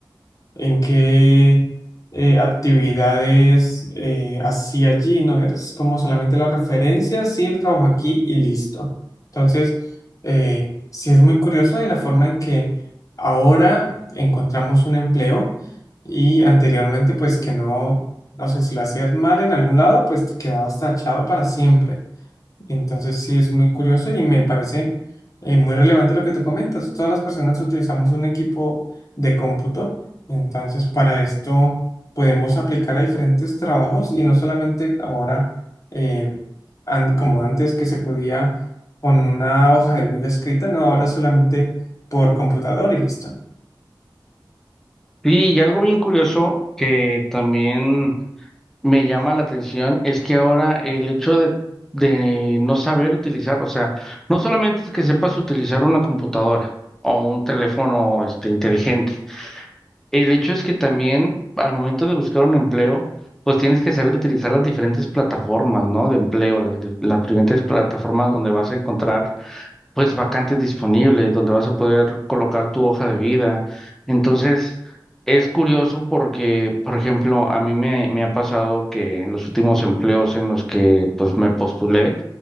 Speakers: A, on the left (about 45°); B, in the centre.
A: ¿En qué eh, actividades eh, hacía allí? No es como solamente la referencia, sí, el trabajo aquí y listo. Entonces, eh, sí es muy curioso en la forma en que ahora encontramos un empleo y anteriormente, pues que no, no sé si lo hacías mal en algún lado, pues te quedabas tachado para siempre. Entonces sí es muy curioso y me parece eh, muy relevante lo que tú comentas. Todas las personas utilizamos un equipo de cómputo, entonces para esto podemos aplicar a diferentes trabajos y no solamente ahora eh, an- como antes que se podía con una hoja de vida escrita, no, ahora solamente por computador y listo.
B: Sí, Y algo bien curioso que también me llama la atención es que ahora el hecho de, de no saber utilizar, o sea, no solamente es que sepas utilizar una computadora o un teléfono este, inteligente, el hecho es que también al momento de buscar un empleo, pues tienes que saber utilizar las diferentes plataformas, ¿no? De empleo, las, dif- las diferentes plataformas donde vas a encontrar pues vacantes disponibles donde vas a poder colocar tu hoja de vida. Entonces, es curioso porque, por ejemplo, a mí me, me ha pasado que en los últimos empleos en los que pues me postulé,